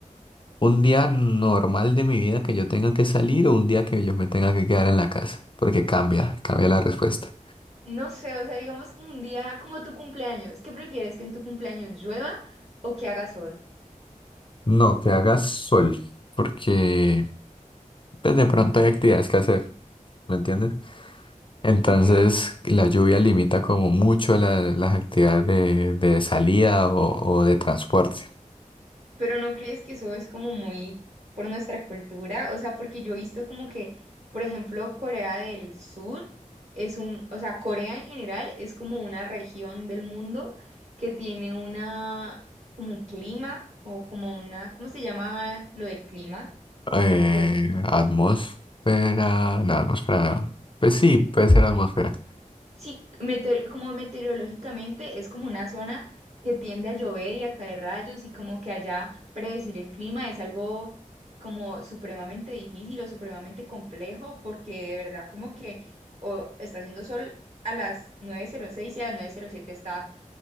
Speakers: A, on the left; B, on the right.
A: un día normal de mi vida que yo tenga que salir o un día que yo me tenga que quedar en la casa, porque cambia, cambia la respuesta.
B: No sé, o sea, digamos como un día como tu cumpleaños. ¿Qué prefieres? ¿Que en tu cumpleaños llueva o que haga sol?
A: No, que haga sol, porque pues, de pronto hay actividades que hacer, ¿me entiendes? Entonces,
B: Ok.
A: la lluvia limita como mucho la- las actividades de, de salida o, o de transporte.
B: Pero ¿no crees que eso es como muy por nuestra cultura? O sea, porque yo he visto como que, por ejemplo, Corea del Sur es un, o sea, Corea en general es como una región del mundo que tiene una, como un clima o como una, ¿cómo se llama lo del clima?
A: Eh,
B: No recuerdo.
A: atmósfera, no, atmósfera no. Pues sí, puede ser atmósfera.
B: Sí, meteor- como meteorológicamente es como una zona que tiende a llover y a caer rayos y como que allá predecir el clima es algo como supremamente difícil o supremamente complejo porque de verdad como que o está haciendo sol a las nueve cero seis y a las nueve cero siete está